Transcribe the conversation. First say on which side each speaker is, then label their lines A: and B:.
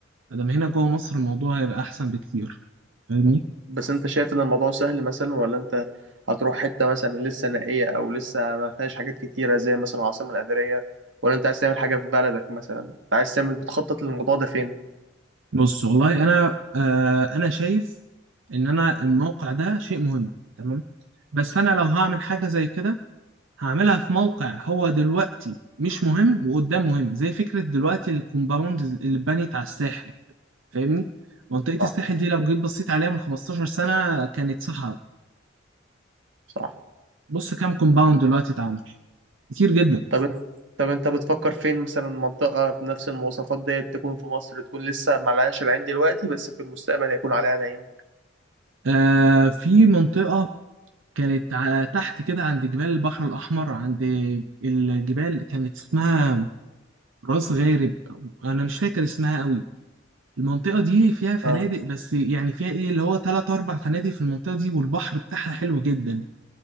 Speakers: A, on the right (about 80°); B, on the right (about 70°).
A: ادام هنا جوه مصر الموضوع هيبقى احسن بكتير فاهمني
B: بس انت شايف ان الموضوع سهل مثلا ولا انت هتروح حتة مثلا لسه نائية او لسه ما فيهاش حاجات كتيرة زي مثلا العاصمة الإدارية ولا انت عايز تعمل حاجة في بلدك مثلا انت عايز تعمل بتخطط للموضوع ده فين
A: بص والله انا آه انا شايف ان انا الموقع ده شيء مهم تمام بس انا لو هعمل حاجه زي كده هعملها في موقع هو دلوقتي مش مهم وقدام مهم زي فكره دلوقتي الكومباوند اللي اتبنت على الساحل فاهمني منطقه
B: صح
A: الساحل دي لو جيت بصيت عليها من 15 سنه كانت صحراء
B: صح
A: بص كام كومباوند دلوقتي اتعمل كتير جدا
B: طب انت طب انت بتفكر فين مثلا منطقة بنفس المواصفات ديت تكون في مصر تكون لسه معلهاش العين دلوقتي بس في المستقبل هيكون عليها العين
A: آه في منطقه كانت ع- تحت كده عند جبال البحر الاحمر عند الجبال كانت اسمها راس غارب انا مش فاكر اسمها قوي المنطقه دي فيها فنادق
B: اه
A: بس يعني فيها ايه اللي هو تلات اربع فنادق في المنطقه دي والبحر بتاعها حلو جدا